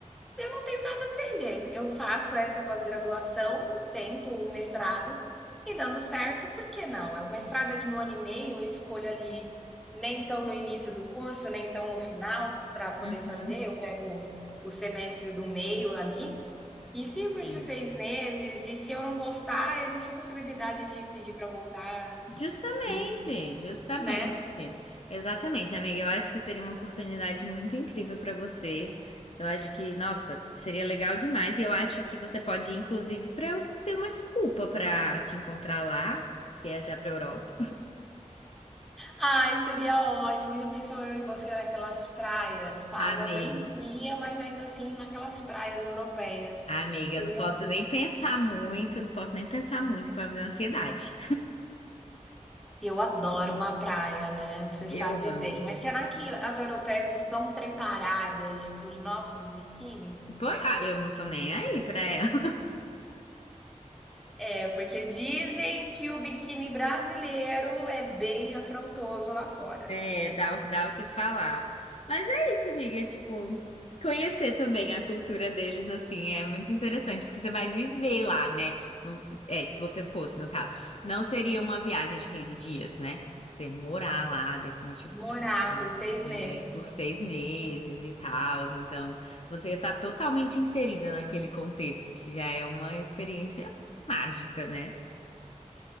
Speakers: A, in the centre; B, on the left.
A: eu não tenho nada a perder. Eu faço essa pós-graduação, tento o mestrado e dando certo, por que não? É O mestrado é de um ano e meio, eu escolho ali nem tão no início do curso, nem tão no final para
B: Uhum.
A: poder fazer. Eu pego o semestre do meio ali e fico
B: Sim.
A: esses seis meses. E se eu não gostar, existe a possibilidade de pedir para voltar,
B: Justamente,
A: e,
B: justamente.
A: né?
B: Exatamente, amiga. Eu acho que seria uma oportunidade muito incrível para você. Eu acho que, nossa, seria legal demais. E eu acho que você pode ir, inclusive, para eu ter uma desculpa para te encontrar lá, viajar para Europa.
A: Ai, seria ótimo. Já pensou eu e você naquelas praias, com
B: Amiga,
A: a água bem fria, mas ainda assim naquelas praias europeias.
B: amiga,
A: Seria...
B: eu não posso nem pensar muito, eu não posso nem pensar muito, que vai me dar ansiedade.
A: Eu adoro uma praia, né? Você
B: Eu
A: sabe
B: amo.
A: bem. Mas será que as europeias estão preparadas para os nossos biquínis?
B: Pois- ah, eu não tô nem aí pra ela.
A: É, porque dizem que o biquíni brasileiro é bem afrontoso lá fora.
B: É, dá o que dá o que falar. Mas é isso, amiga, é, tipo, conhecer também a cultura deles, assim, é muito interessante, porque você vai viver lá, né? Não- é, se você fosse, no caso. Não seria uma viagem de 15 dias, né? Você morar lá, definitivamente.
A: Morar
B: tipo,
A: por seis
B: É,
A: meses.
B: por seis meses e tal, então você está totalmente inserida naquele contexto, que já é uma experiência mágica, né?